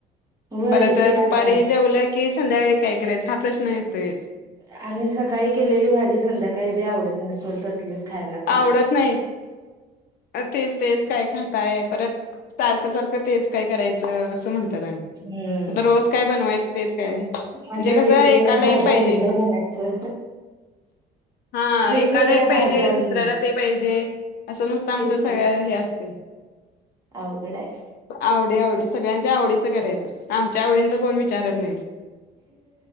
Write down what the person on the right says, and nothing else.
होय
ते
आणि आहे.
आणि सकाळी केलेली भाजी संध्याकाळी बी आवडत नसेल तसलीच खायला परत
हम्म
अशा
वेगवेगळ्या
भाज्या
आणून द्या म्हणायचं.
वेगवेगळ्या
भाज्या आणून
द्या म्हणायचं
तेच
की
अवघड हाय.